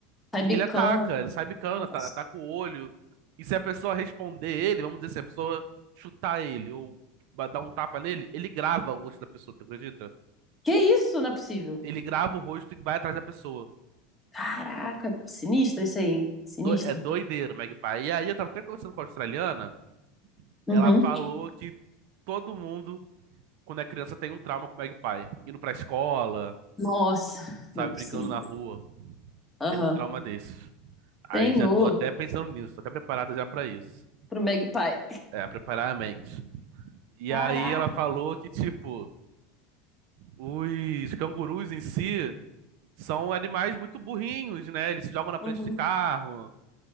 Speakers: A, in the centre; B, on the right.
A: Sai
B: e
A: bicando.
B: ele ataca, ele sai bicando,
A: Nossa.
B: ata- ataca o olho. E se a pessoa responder ele, vamos dizer, se a pessoa chutar ele ou ba- dar um tapa nele, ele grava o rosto da pessoa, tu acredita?
A: Que isso? Não é possível.
B: Ele grava o rosto e vai atrás da pessoa.
A: Caraca, sinistra isso aí, hein? Sinistra.
B: do- é doideiro, o Magpie. E aí eu tava até conversando com a australiana,
A: Uhum.
B: ela falou que todo mundo, quando é criança, tem um trauma com o Magpie. Indo pra escola,
A: Nossa,
B: sabe,
A: não é possível.
B: brincando na rua,
A: Aham.
B: tem um trauma desses. Aí
A: Senhor,
B: já tô até pensando nisso, tô até preparado já pra isso.
A: pro Magpie.
B: É, preparar a mente. E
A: Caraca.
B: aí ela falou que, tipo, os cangurus em si são animais muito burrinhos, né? Eles se jogam na frente
A: Uhum.
B: de carro,